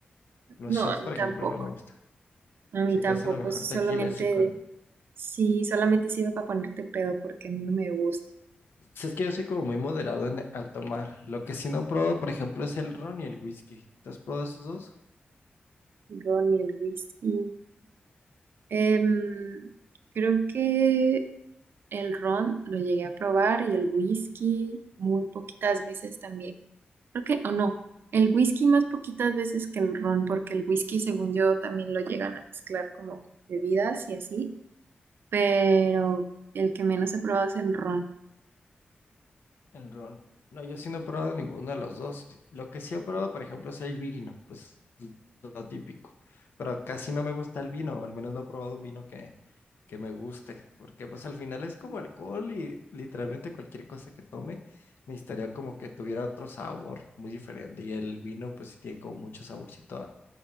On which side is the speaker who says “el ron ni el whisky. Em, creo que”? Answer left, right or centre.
Right